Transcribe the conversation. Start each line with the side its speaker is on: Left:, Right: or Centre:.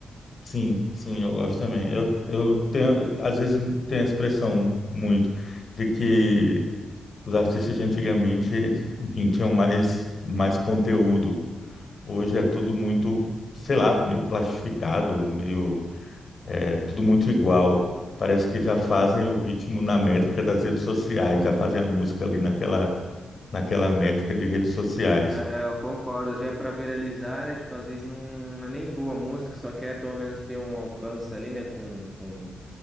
Left: Sim, sim, eu gosto também. Eu, eu tenho, às vezes tem a expressão muito de que os artistas de antigamente, enfim, tinham mais, mais conteúdo. Hoje é tudo muito, sei lá, meio plastificado, meio, é, tudo muito igual. Parece que já fazem o ritmo na métrica das redes sociais, já fazem a música ali naquela, naquela métrica de redes sociais.
Centre: É, eu concordo, já é pra viralizar, né? Tipo, às vezes não, não é nem boa a música, só quer pelo menos ter um alcance ali, né? Com, com